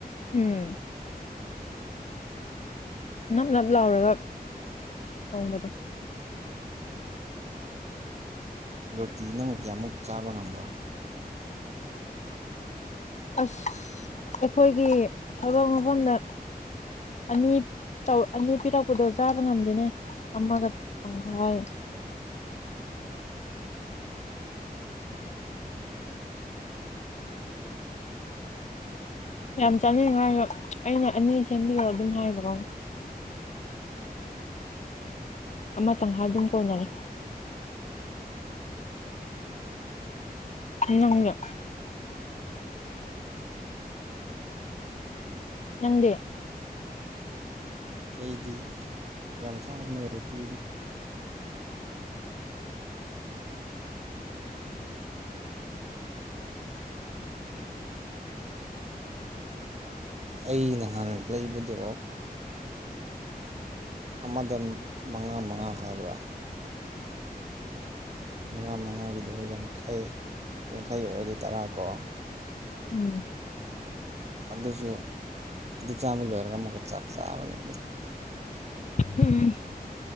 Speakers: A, on the left (about 45°); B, on the right (about 45°).
A: ꯎꯝ ꯅꯞ ꯅꯞ ꯂꯥꯎꯔꯒ ꯊꯣꯡꯕꯗꯣ
B: ꯔꯣꯇꯤ ꯅꯪ ꯀꯌꯥꯃꯨꯛ ꯆꯥꯕ ꯉꯝꯕ꯭ꯔꯣ
A: ꯑꯁ ꯑꯩꯈꯣꯏꯒꯤ ꯊꯕꯛ ꯃꯐꯝꯗ ꯑꯅꯤ ꯑꯅꯤ ꯄꯤꯔꯛꯄꯗꯣ ꯆꯥꯕ ꯉꯝꯗꯦꯅꯦ ꯑꯃꯒ ꯑꯡꯈꯥꯏ
B: <unintelligible>
A: ꯌꯥꯝ ꯆꯥꯅꯤꯡꯉꯥꯏꯣ ꯑꯩꯅ ꯑꯅꯤ ꯁꯦꯝꯕꯤꯔꯣ ꯑꯗꯨꯝ ꯍꯥꯏꯕꯀꯣ ꯑꯃꯇꯪ ꯍꯥꯏꯥ ꯑꯗꯨꯝ ꯀꯣꯟꯅꯔꯦ ꯎꯝ ꯎ ꯅꯪꯗꯦ
B: ꯑꯩꯗꯤ ꯌꯥꯝ ꯆꯥꯕꯅꯦ ꯔꯣꯇꯤꯗꯤ ꯑꯩ ꯅꯍꯥꯟ ꯂꯩꯕꯗꯣ ꯑꯃꯗ ꯃꯉꯥ ꯃꯉꯥ ꯍꯥꯏꯕ꯭ꯔꯥ ꯃꯉꯥ ꯃꯉꯥꯒꯤꯗꯨꯕꯨ ꯌꯥꯡꯈꯩ ꯌꯥꯡꯈꯩ ꯑꯣꯏꯔꯦ ꯇꯔꯥꯀꯣ
A: ꯎꯝ
B: ꯑꯗꯨꯁꯨ ꯑꯗꯨ ꯆꯥꯝꯃ ꯂꯣꯏꯔꯒ ꯑꯃꯨꯛꯀ ꯆꯥꯛ ꯆꯥꯕꯅꯤ
A: ꯎꯝ